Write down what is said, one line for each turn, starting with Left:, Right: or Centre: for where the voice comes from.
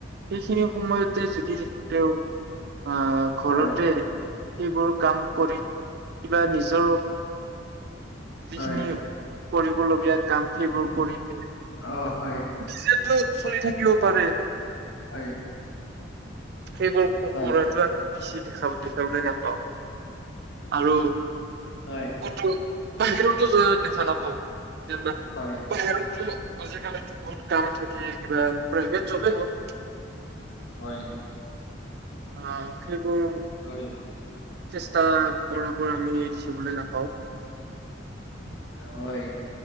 Right: সেইখিনি সময়তে যদি তেওঁ আহ ঘৰতে
Left: হয়,
Right: এইবোৰ কাম কৰি কিবা নিজৰ যিখিনি
Left: হয়,
Right: কৰিবলগীয়া কাম সেইবোৰ
Left: উম,
Right: কৰি নিজেতো
Left: অ', হয়,
Right: চলি থাকিব পাৰে
Left: হয়
Right: সেইবোৰ
Left: হয়,
Right: কৰা টোৱে ইয়াক বেছি দেখা দেখাবলৈ নাপাওঁ আৰু
Left: হয়,
Right: কতো বাহিৰতো যোৱা দেখা নাপাওঁ যেনবা
Left: হয়,
Right: বাহিৰত টো আজিকালি বহুত কাম থাকে কিবা প্ৰাইভেট জবে হওক
Left: হয়
Right: অ সেইবোৰ
Left: হয়
Right: চেষ্টা কৰা কৰা আমি দেখিবলৈ নাপাওঁ,
Left: হয়